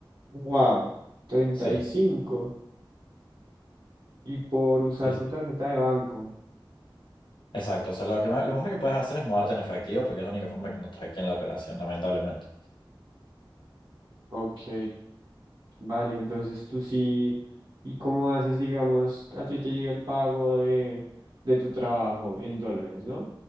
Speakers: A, on the right (about 70°); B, on the left (about 65°).
A: Wow, 35.
B: Sí,
A: Y cinco. Y por usar
B: sí,
A: tu
B: sí.
A: tarjeta de banco.
B: Exacto. O sea, lo que, me- lo mejor que puedes hacer es moverte en efectivo porque es la única forma que no traqueen la operación, lamentablemente.
A: Ok, vale, entonces tú sí. ¿Y cómo haces, digamos, a ti te llega el pago de, de tu trabajo en dólares, ¿no?